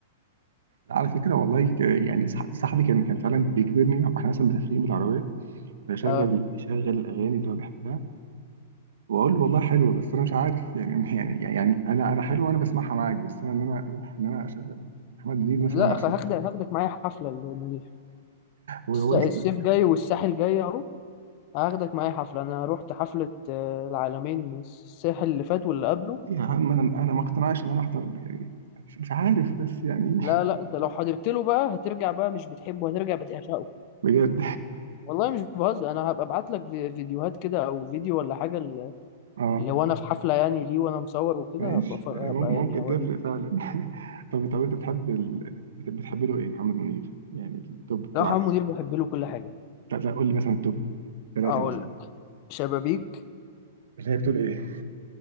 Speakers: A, on the right; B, on the left.
A: على فكرة والله ك- يعني صح- صاحبي كان كان فعلا بيجبرني واحنا مثلا مسافرين بالعربية فيشغل
B: آه
A: يشغل الاغاني اللي هو بيحبها واقول له والله حلوه بس انا مش عارف يعني <laughs> يعني يعني انا انا حلوه وانا بسمعها معاك بس انا ان انا اروح ان انا اشغل محمد منير مثلا
B: لا
A: عشان
B: خ- هاخدك هاخدك معايا حفلة المنير
A: هو
B: الس-
A: هو
B: الصيف
A: لسه
B: جاي والساحل جاي اهو هاخدك معايا حفلة انا رحت حفلة آه، العالمين الساحل اللي فات واللي قبله
A: يا عم انا انا ما اقتنعش ان انا احضر يعني مش مش عارف بس يعني
B: لا لا انت لو حضرت له بقى هترجع بقى مش بتحبه هترجع بتعشقه
A: <laughs> بجد
B: والله مش بهزر انا هبقى ابعت لك في- فيديوهات كده او فيديو ولا حاجه ل-
A: <laughs> اه
B: لو انا في حفله يعني ليه وانا مصور وكده
A: ماشي
B: هبقى ف- هبقى
A: يعني مم- ممكن
B: يعني اوريك
A: تفرق فعلا <laughs> طب طب انت بتحب ال... بت- بتحب له ايه محمد منير يعني التوب بتوعك
B: ده محمد منير بحب له كل حاجه
A: لا لا قول لي مثلا التوب ثلاثة
B: اقول
A: مثلا
B: لك شبابيك
A: اللي هي بتقول ايه